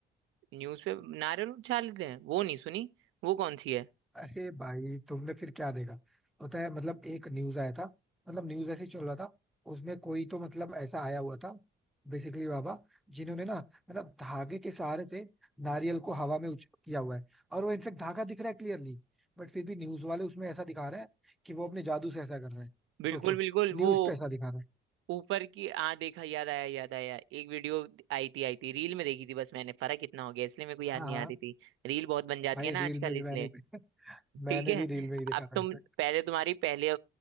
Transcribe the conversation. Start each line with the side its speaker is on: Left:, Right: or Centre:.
Right: न्यूज पे नारियल उछाल लेते हैं वो नहीं सुनी वो कौन सी है
Centre: अरे भाई तुमने फिर क्या देखा पता है मतलब एक न्यूज आया था मतलब न्यूज ऐसे ही चल रहा था उसमें कोई तो मतलब ऐसा आया हुआ था बेसिकली बाबा जिन्होंने ना मतलब धागे के सहारे से नारियल को हवा में उछ किया हुआ है और वो इनफेक्ट धागा दिख रहा है क्लियरली बट फिर भी न्यूज वाले उसमें ऐसा दिखा रहे हैं कि वो अपने जादू से ऐसा कर रहे हैं
Right: बिल्कुल
Centre: सोचो
Right: बिल्कुल वो
Centre: न्यूज पे ऐसा दिखा रहे हैं
Right: ऊपर की आ देखा याद आया याद आया एक वीडियो आई थी आई थी रील में देखी थी बस मैंने फर्क इतना हो गया इसलिए मेरे को याद
Centre: हाँ
Right: नहीं
Centre: हाँ
Right: आ रही थी रील बहुत बन जाती
Centre: भाई
Right: है
Centre: रील
Right: ना आजकल
Centre: में भी
Right: इसलिए
Centre: मैंने मैंने
Right: ठीक है
Centre: भी रील में ही देखा
Right: अब
Centre: था
Right: तुम
Centre: इनफैक्ट
Right: पहले तुम्हारी पहले